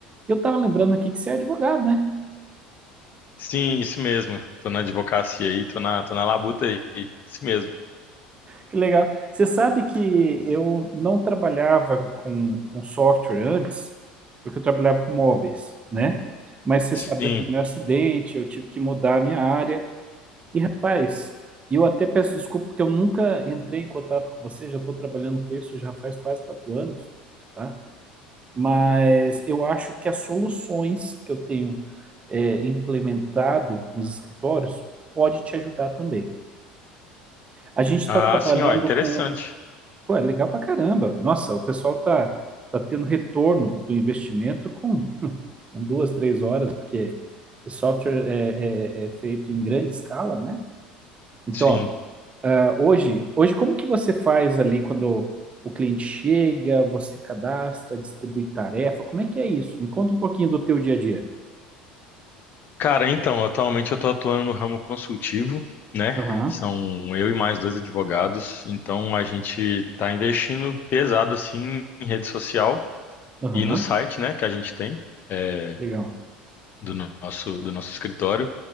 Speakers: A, on the right; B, on the left.
A: Eu tava lembrando aqui que você é advogado, né?
B: Sim, isso mesmo. Tô na advocacia aí, tô na, tô na labuta aí. Isso mesmo.
A: Que legal. Você sabe que eu não trabalhava com, com software antes, porque eu trabalhava com móveis, né? Mas você
B: Sim.
A: sabe daquele meu acidente, eu tive que mudar a minha área. E rapaz, eu até peço desculpa porque eu nunca entrei em contato com você, já estou trabalhando com isso já faz quase quatro anos, tá? Mas eu acho que as soluções que eu tenho é, implementado nos escritórios pode te ajudar também. A gente está
B: Ah,
A: trabalhando
B: sim, ó, interessante.
A: com, pô, é legal pra caramba. Nossa, o pessoal tá tá tendo retorno do investimento com, <laughs> com duas, três horas, porque esse software é é- é feito em grande escala, né? Então,
B: Sim.
A: ó, ah, hoje, hoje como que você faz ali quando o cliente chega, você cadastra, distribui tarefa? Como é que é isso? Me conta um pouquinho do teu dia a dia.
B: Cara, então, atualmente eu tô atuando no ramo consultivo, né?
A: Aham,
B: São eu e mais dois advogados. Então a gente tá investindo pesado assim em rede social
A: aham,
B: e no site, né, que a gente tem. é,
A: legal.
B: do nosso do nosso escritório.